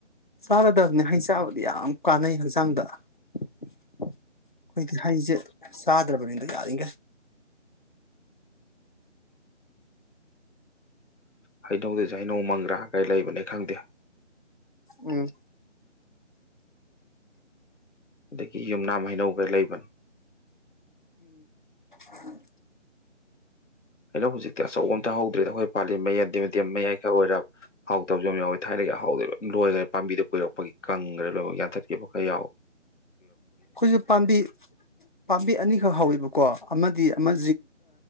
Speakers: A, on the left (about 45°); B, on the left (about 75°).
A: ꯆꯥꯒꯗꯕꯅꯤ ꯍꯩ ꯆꯥꯕꯗꯤ ꯌꯥꯝ ꯀꯥꯟꯅꯩ ꯍꯛꯆꯥꯡꯗ ꯍꯧꯖꯤꯣꯏꯛꯇ ꯍꯩꯁꯦ ꯆꯥꯗ꯭ꯔꯕꯅꯤꯗ ꯌꯥꯔꯤꯈꯩ
B: ꯍꯥꯏꯗꯗ ꯩꯅꯣꯡ ꯃꯪꯒ꯭ꯔꯥ ꯀꯩ ꯂꯩꯕꯅꯦ ꯈꯪꯗꯦ
A: ꯎꯝ
B: ꯑꯗꯒꯤ ꯌꯨꯝꯅꯥꯝ ꯍꯩꯅꯧꯒ ꯂꯩꯕꯅꯤ
A: ꯎ
B: ꯑꯩꯅ ꯍꯧꯖꯤꯛꯇꯤ ꯑꯆꯧꯕ ꯑꯝꯇ ꯍꯧꯗ꯭ꯔꯦꯗ ꯑꯩꯈꯣꯏ ꯄꯥꯜꯂꯤ ꯃꯌꯥ ꯗꯦꯝꯗꯦꯝ ꯃꯌꯥꯏ ꯈꯔ ꯑꯣꯏꯔ ꯍꯥꯎ ꯇꯕꯁꯨ ꯌꯥꯝ ꯌꯥꯎꯋꯤ ꯊꯥꯏꯅꯒꯤ ꯑꯍꯥꯎꯗꯤ ꯂꯣꯏ ꯂꯣꯏꯈ꯭ꯔꯦ ꯄꯥꯝꯗꯨꯗ ꯀꯨꯏꯔꯛꯄꯒꯤ ꯀꯪꯈ꯭ꯔꯦ ꯂꯣꯏꯅꯃꯛ ꯌꯥꯟꯊꯠꯈꯤꯕ ꯈꯔ ꯌꯥꯎꯋꯤ
A: ꯑꯩꯈꯣꯏꯁꯨ ꯄꯥꯝꯕꯤ ꯄꯥꯝꯕꯤ ꯑꯅꯤꯈꯛ ꯍꯧꯋꯦꯕꯀꯣ ꯑꯃꯗꯤ ꯑꯃ